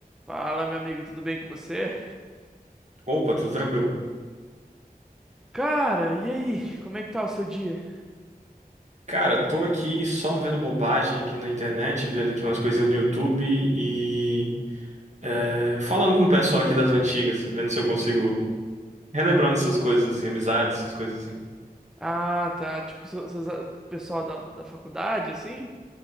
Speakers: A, in the centre; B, on the right (about 50°).
A: Fala, meu amigo, tudo bem com você?
B: Opa, tudo tranquilo.
A: Cara, e aí? Como é que tá o seu dia?
B: Cara, tô aqui só vendo bobagem aqui na internet, vendo aqui umas coisinhas no YouTube e é, falando com o pessoal aqui das antigas, vendo se eu consigo relembrando essas coisas assim, amizades, essas coisas assim.
A: Ah, tá. Tipo, seu- seus a- pessoal da, da faculdade, assim?